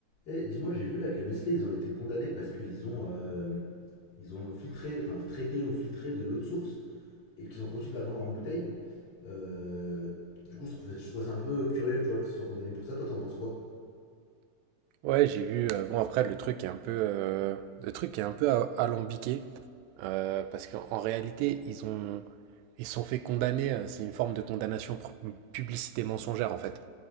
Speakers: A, on the left; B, on the right.
A: Eh, dis-moi, j'ai vu là que Nestlé, ils ont été condamnés parce qu'ils ont, euh, ils ont filtré, enfin traité ou filtré de l'eau de source et qu'ils ont continué de la vendre en bouteille. Euh, du coup, je trouve, je trouve ça un peu curieux, tu vois, qu'ils soient condamnés pour ça. Toi, t'en penses quoi
B: Ouais, j'ai vu. euh, bon, après, le truc est un peu, euh, le truc est un peu a- alambiqué euh, parce qu'en en réalité, ils ont, ils se sont fait condamner. euh, C'est une forme de condamnation pour publicité mensongère en fait.